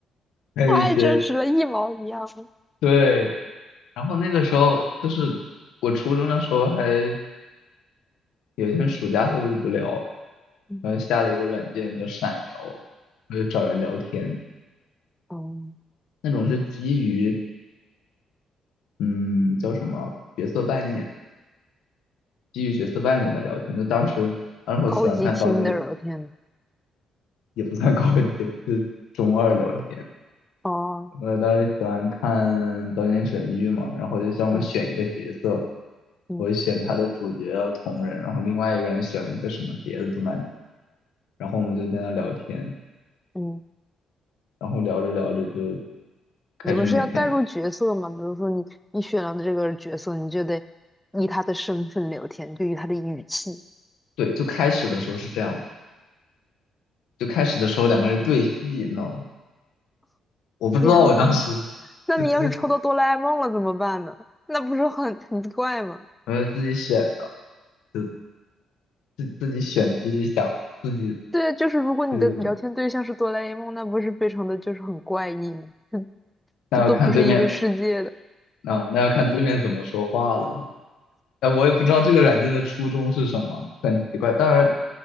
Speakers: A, on the left; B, in the centre.
A: 还有一些
B: 太真实了，一毛一样。
A: 对，然后那个时候就是我初中的时候还。有一天暑假特别无聊，
B: 嗯，
A: 然后下了一个软件叫闪聊，我就找人聊天，
B: 哦，
A: 那种是基于嗯叫什么角色扮演，基于角色扮演的聊天。就当时当时我喜欢看《刀剑》，
B: 高级 Tinder，我天呐。
A: 也不算高级，<laughs> 就是中二聊天。
B: 哦，
A: 我当时喜欢看《刀剑神域》嘛，然后就让我选一个角色，
B: 嗯嗯
A: 我选他的主角要同人，然后另外一个人选了一个什么别的动漫，然后我们就在那聊天。
B: 嗯，
A: 然后聊着聊着就开始每天，
B: 你们是要带入角色吗？比如说你你选了这个角色，你就得以他的身份聊天，对于他的语气。
A: 对，就开始的时候是这样的，就开始的时候两个人对戏，你知道吗？我不知道我当时
B: 天呐，那你要是抽到哆啦
A: 就就
B: A 梦了怎么办呢？那不是很很怪吗？
A: 呃自己选的，就自自己选自己想自己
B: 对啊，就是如果你的聊天对象是哆啦
A: 这个怎么，
B: A 梦，那不是非常的就是很怪异吗？这
A: 那要看对面
B: 这都不是一个世界的。
A: 啊，那要看对面怎么说话了。哎，我也不知道这个软件的初衷是什么，很奇怪。当然，